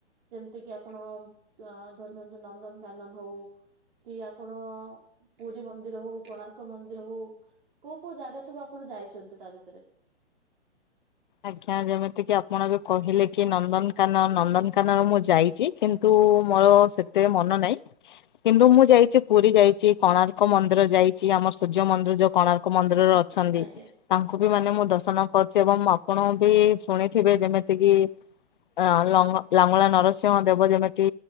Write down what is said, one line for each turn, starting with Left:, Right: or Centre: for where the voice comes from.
Right: ଯେମିତି କିି ଆପଣ ଅ ଧରି ନିଅନ୍ତୁ ନନ୍ଦନକାନନ ହଉ। କି ଆପଣଅ-ଅ-ଅ ପୁରୀ ମନ୍ଦିର ହଉ କୋଣା ର୍କ ମନ୍ଦିର ହଉ କୋଉ କୋଉ ଜାଗା ସବୁ ଆପଣ ଯାଇଛନ୍ତି ତା ଭିତରେ
Left: ଆଜ୍ଞା ଯେମିତି କି ଆପଣ ବି କହିଲେ କି ନନ୍ଦନକାନ ନନ୍ଦନକାନ ମୁଁ ଯାଇଛି କିନ୍ତୁ ମୋର ସେତେ ମନ ନାହିଁ। କିନ୍ତୁ ମୁଁ ଯାଇଛି ପୁରୀ ଯାଇଛି କୋଣାର୍କ ମନ୍ଦିର ଯାଇଛି ଆମର ସୂର୍ଯ୍ୟ ମନ୍ଦିର ଯୋଉ କୋଣାର୍କ ମନ୍ଦ୍ ମନ୍ଦିରରେ ଅଛନ୍ତି
Right: ଆଜ୍ଞା
Left: ତାଙ୍କୁ ବି ମାନେ ମୁଁ ଦର୍ଶନ କରୁଛି ଏବଂ ମୋ ଆପଣ ବି ଶୁଣିଥିବେ ଯେମିତି କିି ଅ ଲଙ୍ଗ ଲାଙ୍ଗୁଳା ନରସିଂହ ଦେବ ଯେମିତି